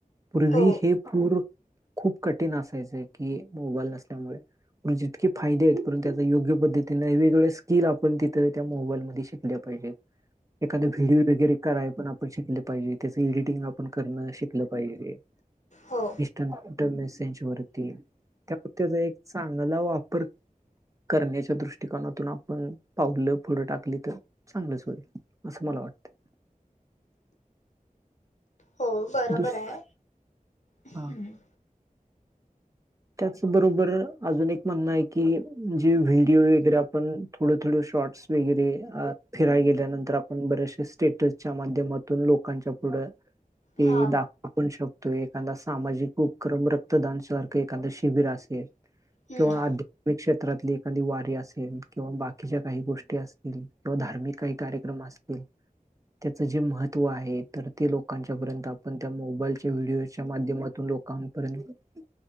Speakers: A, on the right; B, on the left.
A: पूर्वी
B: हो
A: हे पूर. खूप कठीण असायचं की ‌, मोबाईल नसल्यामुळे जितके फायदे आहेत परंतु त्यांचा योग्य पद्धतीन वेगवेगळ्या स्किल आपण तिथ त्या मोबाईलमध्ये शिकल्या पाहिजेत. एखादा व्हिडीओ वगैरे कराय पण आपण शिकलं पाहिजे. त्याचं एडिटिंग पण आपण करणं शिकलं पाहिजे ते. <inaudible>
B: हो.
A: तो मेसेंज वरती त्या, त्यांचा एक चांगला वापर. करण्याच्या दृष्टिकोनातून आपण पावलं पुढं टाकली तर चांगलंच होईल असं मला वाटतं.
B: हो बरोबर
A: दुस
B: आहे हम.
A: हा त्याचबरोबर अजून एक म्हणणं आहे की जे व्हिडिओ
B: हम्म
A: वगैरे आपण थोडं थोडं शॉर्ट्स वगैरेअ फिरायला गेल्यानंतर आपण बरेच श्य स्टेटसच्या माध्यमातून लोकांच्या पुढं ते
B: हा
A: दाखण शकतो एखादा सामाजिक उपक्रम रक्तदान सारख एखाद शिबिर असेल
B: हम्म
A: किंवा क्षेत्रातली एखादी वारी असेल किंवा बाकीच्या काही गोष्टी. किंवा धार्मिक काही कार्यक्रम असतील. त्याच जे महत्त्व आहे तर ते लोकांच्या पर्यंत आपण त्या मोबाईलच्या व्हिडिओच्या माध्यमातून लोक लोकापर्यंत